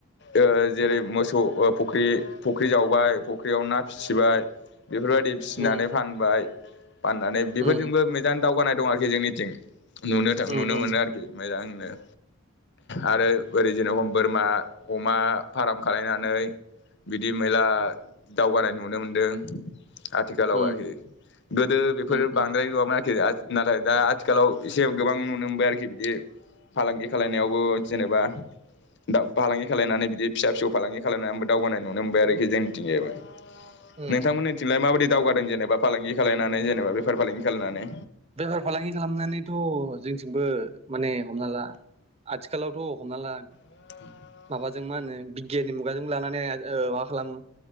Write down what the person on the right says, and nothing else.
उम
उम
उम
उम
उम
उम उम
उम
बेफार फालांगि खालामनानैथ' जोंथिंबो माने हमनाला आथि खालावथ' हमना ला
बा जों मा होनो बिगियाननि मुगाजों लानानै ओ मा खालामो